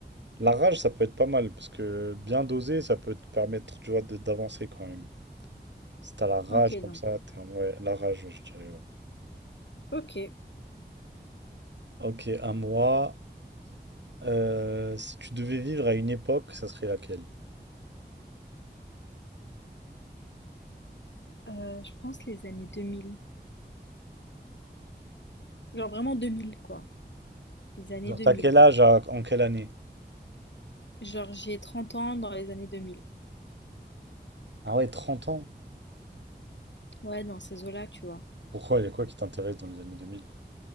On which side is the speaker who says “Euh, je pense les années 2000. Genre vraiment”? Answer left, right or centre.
Left